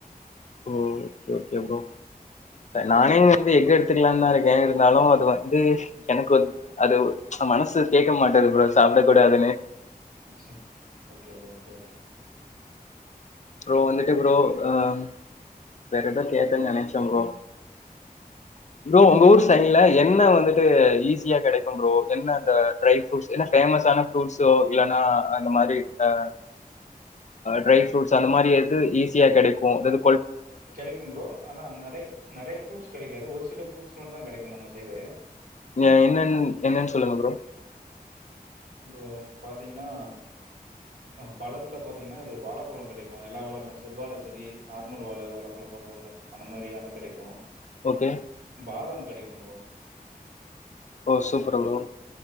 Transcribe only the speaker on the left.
ஓ ஓகே ஓகே ப்ரோ நானே வந்து எங்க எடுத்துக்கலாம் தான் இருக்கேன் இருந்தாலும் அது வந்து எனக்கு வந்து அது மனசு கேட்க மாட்டது ப்ரோ சாப்ட கூடாதுன்னு
bro வந்துட்டு ப்ரோ அஹ் வேற ஏதோ கேக்குன்னு நினைச்சேம் ப்ரோ ப்ரோ உங்க ஊர் சைன்ல என்ன வந்துட்டு ஈஸியா கெடைக்கும் ப்ரோ என்ன அந்த ட்ரை ப்ருட்ஸ் என்ன பேமஸான ப்ரூட்ஸோ இல்லன்னா அந்த மாதிரி ஹ்ஹ் ட்ரை ஃபுரூட்ஸ் து அந்த மாரி எது ஈஸியா கெடைக்கு அதது
வ என்னன் என்னன் சொல்லுங்க ப்ரோ
ஓகே
ஓ சூப்பரு ப்ரோ